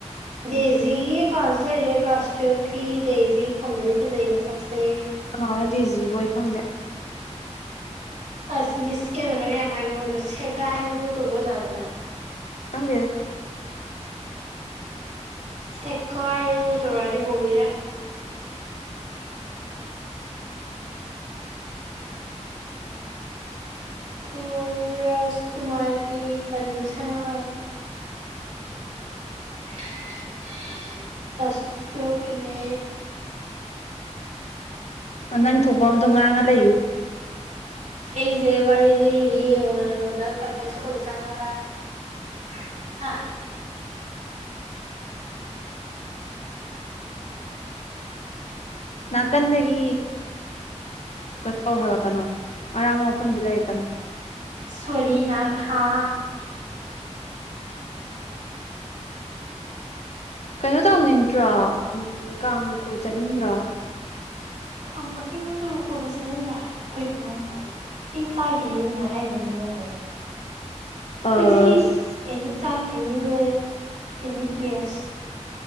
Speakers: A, on the right; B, on the left.
A: ꯗꯦꯖꯤꯒꯤ ꯑꯦꯀꯥꯎꯟꯖꯨ ꯂꯩꯔꯦ ꯀ꯭ꯂꯥꯁ ꯇꯨꯌꯦꯜꯐꯀꯤ ꯗꯦꯖꯤ ꯐꯣꯟꯗꯗꯤ ꯐꯖꯩ ꯃꯁꯛꯁꯦ
B: ꯀꯅꯥꯅꯣ ꯗꯦꯖꯤꯕꯣ ꯑꯩ ꯈꯪꯗꯦ
A: ꯑꯁ ꯃꯤꯁ ꯀꯩꯅꯣꯅꯒ ꯌꯥꯝ ꯍꯥꯏꯕꯗꯣ ꯈꯪꯗꯔꯣ ꯁꯦꯒꯥꯏꯌꯨꯔꯣ ꯇꯧꯕ ꯑꯣꯖꯥꯗꯨꯅ
B: ꯈꯪꯗꯦꯗ
A: ꯁꯦꯒꯥꯏꯌꯨꯔꯣ ꯇꯧꯔꯛꯑꯅꯤ ꯕꯣꯕꯤꯅ ꯀꯨꯔ ꯔꯥꯖꯀꯨꯃꯥꯔꯤ ꯇꯅꯨ ꯁꯅꯥ ꯒꯥꯏꯅ <unintelligible> ꯀꯂꯥ꯭ꯁ ꯇꯨꯌꯦꯜꯐ ꯀꯤꯅꯦ
B: ꯅꯪ ꯊꯣꯛꯄ ꯑꯃꯗꯨꯝ ꯉꯥꯡꯉ ꯂꯩꯌꯨ
A: ꯑꯩꯒꯤꯖꯦ ꯋꯥꯔꯤ ꯂꯤꯔꯤꯅꯦ ꯌꯦꯡꯉꯣꯅ ꯅꯉꯣꯟꯗ ꯀꯟꯐ꯭ꯔꯦꯟꯁ ꯁ꯭ꯀꯨꯜꯖꯦ ꯆꯪꯉꯒ ꯍꯥ <unintelligible>
B: ꯅꯥꯀꯟꯗꯒꯤ ꯀꯠ ꯇꯧꯍꯜꯂꯛꯀꯅꯣ ꯑꯔꯥꯡꯕ ꯃꯐꯝꯗ ꯂꯩꯔꯛꯀꯅꯨ
A: ꯁꯣꯔꯤ ꯅꯥꯈꯥ
B: ꯀꯩꯅꯣ ꯇꯧꯅꯤꯡꯗ꯭ꯔꯣ ꯎꯝ ꯀꯥꯡ ꯀꯣꯏ ꯆꯠꯅꯤꯡꯗ꯭ꯔꯣ
A: ꯈꯥꯝꯕ ꯑꯩꯉꯣꯟꯗꯕꯨ ꯀꯣꯜ ꯄꯩꯁꯥ ꯌꯦꯡꯒꯦ ꯍꯥꯏꯗꯣ ꯀꯩꯒꯤ ꯅꯪꯕꯣ ꯃꯤ ꯇꯥꯒꯤꯅꯤ ꯑꯗꯨꯃꯥꯏꯅ ꯍꯥꯏꯅꯨꯅꯦ ꯅꯪꯕꯨ ꯑꯩꯈꯣꯏꯗꯤ
B: ꯑꯁ
A: any time anywhere any place